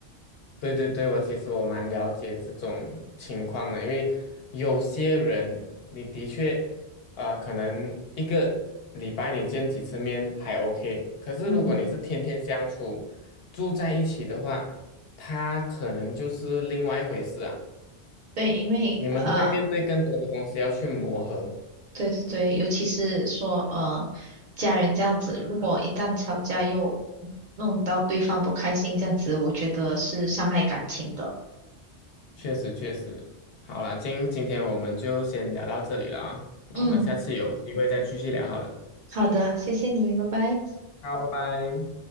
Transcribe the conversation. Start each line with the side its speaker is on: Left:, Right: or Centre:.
Left: 对对对，我其实我蛮了解这种情况的，因为有些人你的确，呃，可能一个礼拜你见几次面还 OK，可是如果你是天天相处，
Right: 嗯
Left: 住在一起的话，他可能就是另外一回事啊。
Right: 对，因为呃，
Left: 你们会面对更多的东西要去磨合，
Right: 对对对，尤其是说呃，家人这样子，如果一旦吵架又弄到对方不开心，这样子，我觉得是伤害感情的。
Left: 确实确实。好了，今今天我们就先聊到这里了啊，那我们下次有机会再继续聊好了。
Right: 嗯，好的，谢谢你，拜拜。
Left: 好，拜拜。